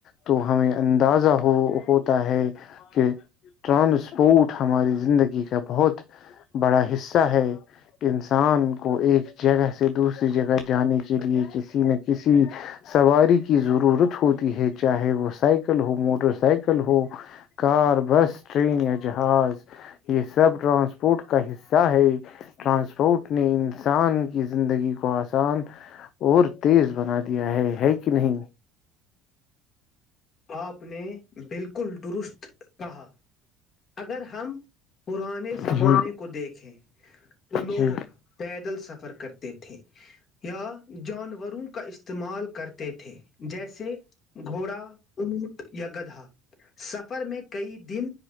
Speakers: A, on the left; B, on the left.
A: تو ہمیں اندازہ ہو ہوتا ہے کہ ٹرانسپورٹ ہماری زندگی کا بہت بڑا حصہ ہے انسان کو ایک جگہ سے دوسری جگہ جانے کے لیے کسی نہ کسی سواری کی ضرورت ہوتی ہے چاہے وہ سائیکل ہو موٹر سائیکل ہو کار بس ٹرین یا جہاز یہ سب ٹرانسپورٹ کا حصہ ہے ٹرانسپورٹ نے انسان کی زندگی کو آسان اور تیز بنا دیا ہے ہے کہ نہیں
B: آپ نے بالکل درست کہا اگر ہم پرانے زمانے
A: جی
B: کو دیکھیں تو لوگ
A: جی
B: پیدل سفر کرتے تھے یا جانوروں کا استعمال کرتے تھے جیسے گھوڑا اونٹ یا گدھا سفر میں کئی دن